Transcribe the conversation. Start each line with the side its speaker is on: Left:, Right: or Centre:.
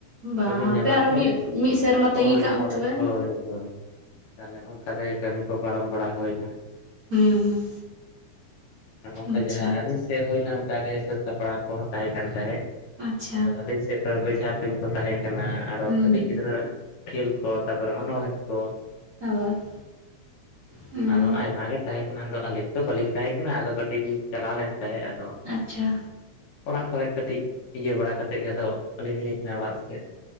Right: ᱵᱟᱝ
Left: ᱵᱟᱵᱤᱱ
Right: ᱦᱟᱯᱮ
Left: ᱧᱟᱢᱟ
Right: ᱟᱨᱚ
Left: ᱥᱮ
Right: ᱢᱤᱫ ᱢᱤᱫ ᱥᱮᱨᱢᱟ
Left: ᱦᱳᱭ
Right: ᱛᱟᱹᱜᱤ ᱠᱟᱜ
Left: ᱯᱚᱨᱮ
Right: ᱢᱮ ᱛᱚᱵᱮ
Left: ᱦᱳᱭ
Right: ᱱᱟ
Left: ᱦᱳᱭ᱾ ᱛᱟᱦᱞᱮ ᱚᱝᱠᱟ ᱛᱮᱜᱮ ᱠᱟᱹᱢᱤ ᱠᱚ ᱯᱟᱨᱚᱢ ᱵᱟᱲᱟ ᱦᱳᱭᱱᱟ᱾
Right: ᱦᱩᱸ
Left: ᱟᱫᱚ
Right: ᱦᱩᱸ
Left: ᱯᱮ
Right: ᱟᱪᱪᱷᱟ
Left: ᱡᱟᱦᱟᱸ ᱟᱹᱵᱤᱱ ᱥᱮᱫ ᱦᱳᱭᱱᱟ ᱚᱝᱠᱟ ᱜᱮ ᱦᱤᱸᱥᱟᱹᱵᱽ ᱥᱟᱯᱲᱟᱣ ᱠᱚᱦᱚᱸ ᱛᱟᱦᱮᱸ ᱠᱟᱱ ᱛᱟᱦᱮᱸ
Right: ᱟᱪᱪᱷᱟ
Left: ᱟᱫᱚ ᱟᱹᱞᱤᱧ ᱥᱮᱫ ᱫᱚ ᱵᱡᱷᱟ ᱛᱩᱧ ᱠᱚ ᱛᱟᱦᱮᱸ ᱠᱟᱱᱟ᱾ ᱟᱨᱚ
Right: ᱦᱩᱸ
Left: ᱠᱟᱹᱴᱤᱡ
Right: ᱦᱩᱸ
Left: ᱜᱤᱫᱽᱨᱟᱹ ᱟᱜ ᱠᱷᱮᱹᱞ ᱠᱚ ᱛᱟᱨᱯᱚᱨᱮ ᱚᱱᱚᱬᱦᱮᱸ ᱠᱚ
Right: ᱦᱳᱭ᱾ ᱦᱩᱸ
Left: ᱟᱨᱦᱚᱸ ᱟᱭᱢᱟ ᱜᱮ ᱛᱟᱦᱮᱸ ᱠᱟᱱᱟ ᱟᱫᱚ ᱟᱹᱞᱤᱧ ᱛᱚ ᱵᱟᱹᱞᱤᱧ ᱛᱟᱦᱮᱸ ᱠᱟᱱᱟ ᱟᱫᱚ ᱠᱟᱹᱴᱤᱡ ᱞᱤᱧ ᱪᱟᱞᱟᱣ ᱞᱮᱱ ᱛᱟᱦᱮᱸᱜ᱾ ᱟᱫᱚ
Right: ᱟᱪᱪᱷᱟ᱾
Left: ᱚᱲᱟᱜ ᱠᱚᱨᱮ ᱠᱟᱹᱴᱤᱡ ᱤᱭᱟᱹ ᱵᱟᱲᱟ ᱠᱟᱛᱮᱫ ᱜᱮ ᱟᱫᱚ ᱟᱹᱞᱤᱧ ᱞᱤᱧ ᱦᱮᱡᱱᱟ ᱚᱲᱟᱜ ᱥᱮᱫ᱾